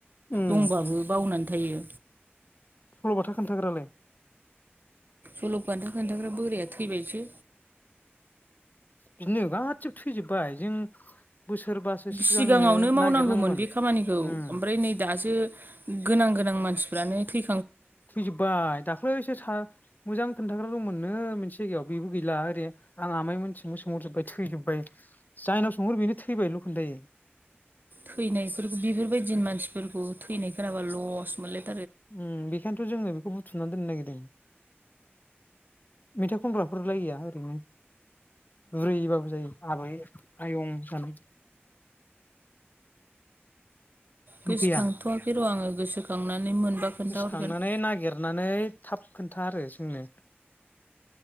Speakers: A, on the left; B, on the right.
A: उम
B: दंबाबो बावनानै थायो।
A: सल'बाथा खोन्थाग्रालाय
B: सल'बाथा खोनथाग्रा बोराया थैबायसो।
A: बिदिनो गासैबो थैजोबबाय जों बोसोरबासो सिगांनो
B: सिगाङावनो मावनांगौमोन
A: नागिरनांगौमोन
B: बे खामानिखौ
A: उम
B: ओमफ्राय नै दासो गोनां गोनां मानसिफ्रानो थै
A: थैजोबबाय दाख्लै एसे सा मोजां खोन्थाग्रा दंमोन नो मोनसे जायगायाव बेबो गैला ओरै आं आमाय मोनथिंबो सोंहरजोबबाय थैजोब्बाय जायनाव सोंहरो बेनो थैबायल' खोनथायो।
B: थैनायफोरखौ बेफोरबायदि मानसिफोरखौ थैनायफोराबा लस मोनलाय
A: उम बेखायनोथ' जोङो बेखौ बु थुमना दोननो नागिरदों। मेथाइ खनग्राफोरलाय गैया ओरैनो? बुरैबाबो जायो। आबै आयं जानाय।
B: गोसोखांथ'वाखै
A: गैया
B: र' आङो गोसोखांनानै मोनबा खोन्थाहरगोन।
A: गोसोखांनानै नागिरनानै थाब खोन्था आरो जोंनो।